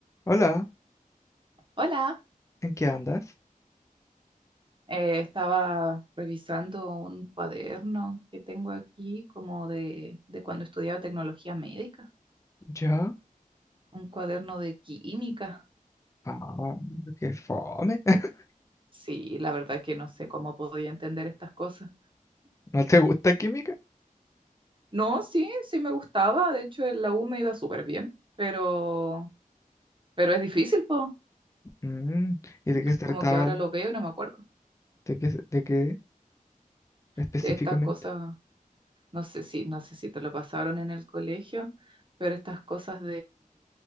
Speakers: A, on the left; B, on the right.
A: Hola,
B: Hola,
A: ¿en qué andas?
B: eh, estaba revisando un cuaderno que tengo aquí como de, de cuando estudiaba tecnología médica,
A: ¿Yo?
B: un cuaderno de química.
A: Ah, qué fome. <laughs>
B: Sí, la verdad que no sé cómo podía entender estas cosas.
A: ¿No te gusta química?
B: No, sí, sí me gustaba, de hecho en la U me iba súper bien, pero, pero es difícil, po.
A: Mm, ¿y de qué se trataba?
B: Como que ahora
A: el-
B: lo veo y no me acuerdo
A: ¿De qué, se- de qué específicamente?
B: de estas cosas, no sé si, no sé si te lo pasaron en el colegio, pero estas cosas